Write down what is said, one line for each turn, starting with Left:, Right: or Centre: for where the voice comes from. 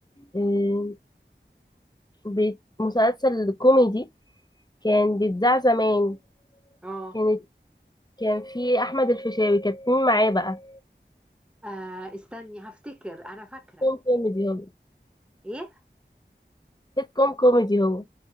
Left: آه بيت- مسلسل كوميدي كان بيتذاع زمان
Centre: اه
Left: كانت كان في احمد الفيشاوي كانت مين معاه بقى
Centre: آه، استني هفتكر انا فاكرة
Left: سيت كوم كوميدي هو
Centre: ايه؟
Left: سيت كوم كوميدي هو